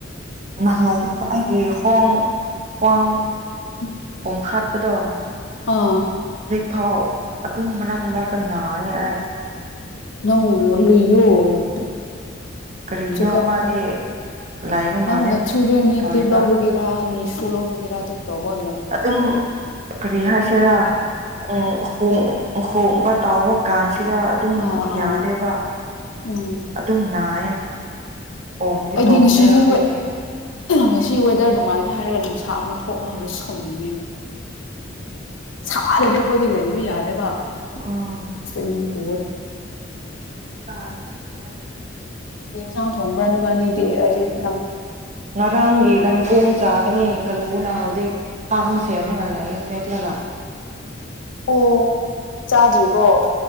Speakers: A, on the right (about 40°); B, on the left (about 70°).
A: ꯅꯍꯥꯟ ꯑꯩꯒꯤ ꯍꯣꯡ ꯀꯥꯡ
B: <unintelligible>
A: ꯍꯥꯞꯄꯗꯣ꯫
B: ꯑꯥ
A: ꯊꯥꯎ ꯑꯗꯨꯝ ꯃꯔꯛ ꯃꯔꯛꯇ ꯅꯥꯔꯦ ꯑꯩ꯫
B: ꯅꯪ <unintelligible>
A: ꯀꯔꯤꯒꯤꯅꯣ
B: ꯆꯦꯛꯀꯞ
A: ꯃꯥꯗꯤ
B: ꯇꯧꯋꯣ
A: ꯂꯥꯏꯕ
B: ꯅꯪꯅ
A: ꯃꯥꯜꯂꯦ
B: ꯊꯌꯨꯔꯤꯌꯅꯤ
A: ꯁꯣꯏꯕ
B: ꯇꯦꯞ ꯂꯧꯕꯒꯤꯔꯥ ꯅꯤ ꯁꯨ ꯂꯧꯕꯒꯤꯔꯥ ꯑꯗꯨꯝ ꯇꯧꯕ ꯑꯣꯏ
A: ꯑꯗꯨꯝ ꯀꯔꯤ ꯍꯥꯏꯁꯤꯔꯥ <unintelligible> ꯍꯣꯡꯕ ꯇꯥꯎꯕ ꯀꯥꯟꯁ ꯁꯤꯗ ꯑꯗꯨꯝ
B: ꯑꯥ
A: ꯌꯥꯗꯦꯕ
B: ꯑꯥ ꯎꯝ
A: ꯑꯗꯨꯝ ꯅꯥꯌꯦ꯫ ꯄꯣꯝꯗꯤ
B: ꯑꯩꯗꯤ
A: ꯄꯣꯝꯗꯔꯦ
B: ꯉꯁꯤꯁꯨ
A: ꯍꯧꯖꯤꯛꯇꯤ꯫
B: ꯉꯁꯤ ꯋꯦꯗꯔ ꯅꯨꯡꯉꯥꯏꯒꯦ ꯍꯥꯏꯔꯒ ꯅꯨꯡꯁꯥ ꯑꯃꯨꯛ ꯊꯣꯛꯄ ꯍꯧꯔꯦ ꯁꯥꯎꯅꯤꯡꯉꯦ ꯁꯥꯔꯗꯤ ꯑꯩꯈꯣꯏꯗꯤ ꯂꯩꯕ ꯌꯥꯗꯦꯕ꯫
A: ꯎꯝ
B: <unintelligible> ꯑꯣ
A: <unintelligible>
B: ꯀꯔꯤ ꯏꯟꯁꯥꯡ ꯊꯣꯡꯕ꯭ꯔꯥ ꯅꯕꯥꯟꯅꯤꯗꯤ <unintelligible>
A: ꯉꯔꯥꯡꯒꯤ ꯀꯟ ꯀꯣꯟ ꯆꯥꯒꯅꯤ ꯀꯂꯨꯅ ꯍꯧꯖꯤꯛ ꯁꯦꯝꯂ ꯂꯩꯌꯦ ꯃꯦꯠꯂꯒ꯫
B: ꯑꯣ ꯆꯥꯗ꯭ꯔꯤꯕꯣ